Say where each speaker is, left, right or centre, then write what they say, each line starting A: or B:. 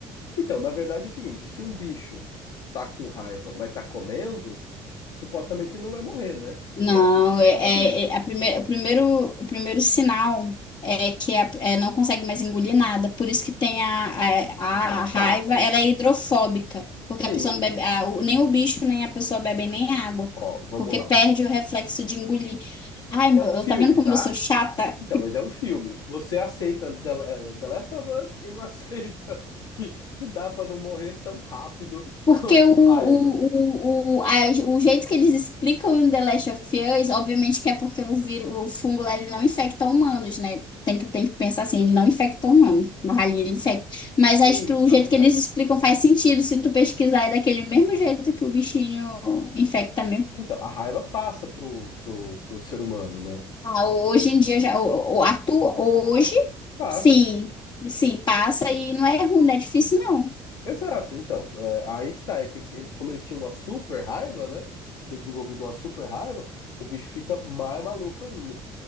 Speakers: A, on the left; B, on the left.
A: Então, na verdade é o seguinte, se um bicho tá com raiva, mas tá comendo, supostamente ele não vai morrer, né? Ele
B: Não,
A: vai continuar
B: é, é-
A: vivo.
B: é a prime- o primeiro, o primeiro sinal é que a- é, não consegue mais engolir nada. Por isso que tem a, a,
A: Ah,
B: a raiva,
A: tá, mas
B: ela é hidrofóbica, porque
A: sim,
B: a pessoa não
A: mas
B: bebe, a- o- nem o bicho, nem a pessoa bebem nem água,
A: ó, vamos
B: porque
A: lá.
B: perde o reflexo de engolir. Ai, meu,
A: É um
B: eu-
A: filme,
B: tá vendo como
A: tá?
B: eu sou chata?
A: Então, mas é um filme. Você aceita The, eh, The Last of Us e não <laughs> aceita que, que dá pra não morrer tão rápido
B: Porque
A: <laughs> com, com
B: o,
A: raiva.
B: o, o, o, a- o jeito que eles explicam em The Last of Us, obviamente que é porque o vírus, o fungo lá, ele não infecta humanos, né? Tem que, tem que pensar assim, ele não infecta humanos, mas ali ele infecta. Mas
A: Sim.
B: a estru- o
A: Ah,
B: jeito
A: mas
B: que eles
A: aí,
B: explicam faz sentido, se tu pesquisar, é daquele mesmo jeito que o bichinho infecta mesmo.
A: então, a raiva passa pro, pro, pro ser humano, né?
B: Ah, hoje em dia, já, o, o, atu- hoje,
A: Passa.
B: sim, sim, passa e não é ruim, não é difícil não.
A: Exato, então, é, aí que tá, é que eles, como eles tinham uma super raiva, né? Tinham desenvolvido uma super raiva, o bicho fica mais maluco ainda.